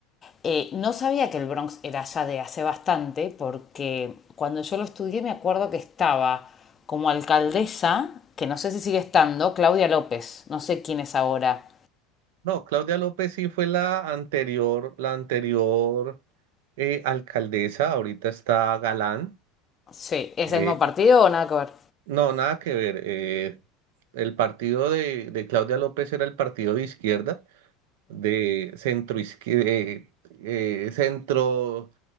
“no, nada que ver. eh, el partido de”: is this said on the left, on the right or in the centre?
Right